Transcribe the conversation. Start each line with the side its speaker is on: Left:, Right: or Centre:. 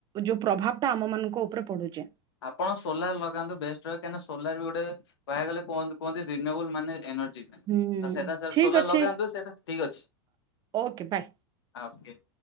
Right: ଯୋଉ ପ୍ରଭାବଟା ଆମ ମାନଙ୍କ ଉପରେ ପଡ଼ୁଚି।
Left: ଆପଣ ସୋଲାର ଲଗାନ୍ତୁ ବେଷ୍ଟ ରହେ କାହିଁିନା ସୋଲାରବି ଗୋଟେ କହିବା ଗଲେ କୁହ କୁୁହନ୍ତି ରିନୁଏବଲ ମାନେ ଏନର୍ଜି। ତ
Right: ହୁଁ
Left: ସେଇଟା ସୋ
Right: ଠିକ
Left: ସୋଲର
Right: ଅଛି
Left: ଲଗାନ୍ତୁ ସେଇଟା ଠିକ୍ ଅଛି।
Right: Okay bye.
Left: ଓକେ